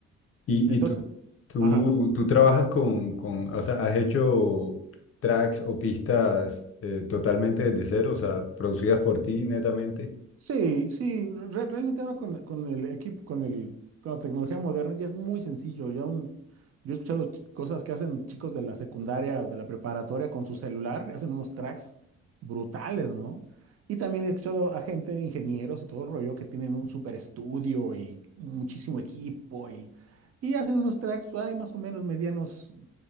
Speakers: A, on the left; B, on the right.
A: Y,
B: Entonces,
A: y tú, tú,
B: ajá.
A: tú trabajas con, con, o sea, has hecho tracks o pistas eh, totalmente desde cero, o sea, producidas por ti netamente.
B: Sí, sí, re- realmente ahora con, con el equipo, con el, con la tecnología moderna ya es muy sencillo. Ya un, yo he escuchado ch- cosas que hacen chicos de la secundaria o de la preparatoria con su celular, hacen unos tracks brutales, ¿no? Y también he escuchado a gente, ingenieros y todo el rollo, que tienen un super estudio y muchísimo equipo y, y hacen unos tracks, hay más o menos medianos